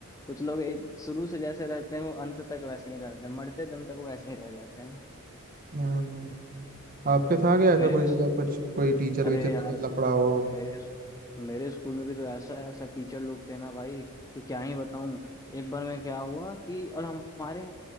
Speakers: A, on the left; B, on the right.
A: कुछ लोग एक शुरू से जैसे रहते हैं वो अंत तक वैसे ही रहते हैं मरते दम तक वैसे ही रह जाते हैं
B: हम्म, आपके था क्या ऐसा
A: मेरे
B: कुछ
A: भी
B: अगर कुछ कोई टीचर
A: अरे
B: वीचर
A: यार
B: के साथ लफड़ा हो
A: मेरे मेरे स्कूल में भी तो ऐसा ऐसा टीचर लोग थे ना भाई कि क्या ही बताऊं एक बार में क्या हुआ कि और हमारे